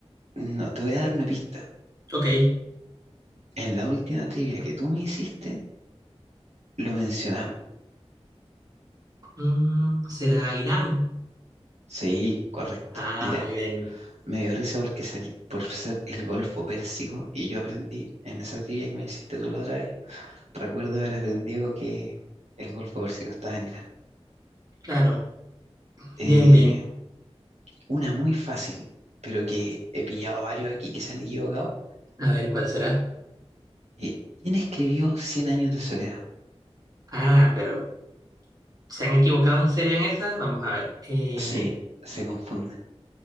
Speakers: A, on the right; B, on the right.
A: No, te voy a dar una pista.
B: Ok.
A: En la última trivia que tú me hiciste, lo mencionamos.
B: Mm, ¿será Irán?
A: Sí, correcto,
B: Ah,
A: Irán.
B: muy bien.
A: Me dio risa porque salí por ser el Golfo Pérsico y yo aprendí en esa trivia que me hiciste tú la otra vez. Recuerdo haber aprendido que el Golfo Pérsico estaba en Irán.
B: Claro.
A: Eh,
B: Bien, bien.
A: una muy fácil, pero que he pillado varios aquí que se han equivocado.
B: A ver, ¿cuál será?
A: Eh, ¿quién escribió Cien años de soledad?
B: Ah, pero ¿se han equivocado en serio en esa? Vamos a ver. Eh,
A: Sí, se confunden.